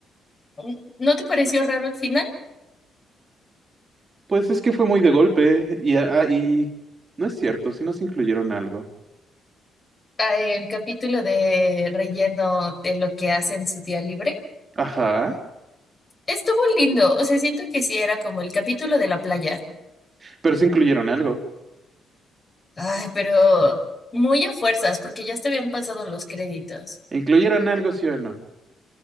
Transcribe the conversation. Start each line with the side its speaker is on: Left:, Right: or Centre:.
Left: mm, ¿no te pareció raro el final?
Right: Pues es que fue muy de golpe y, ah, ah, y no es cierto, si nos incluyeron algo.
Left: Ah, El capítulo de relleno de lo que hace en su día libre.
Right: Ajá,
Left: Estuvo lindo. O sea, siento que sí era como el capítulo de la playa.
Right: pero sí incluyeron algo.
Left: Ay, pero muy a fuerzas, porque ya te habían pasado los créditos.
Right: ¿Incluyeron algo, sí o no?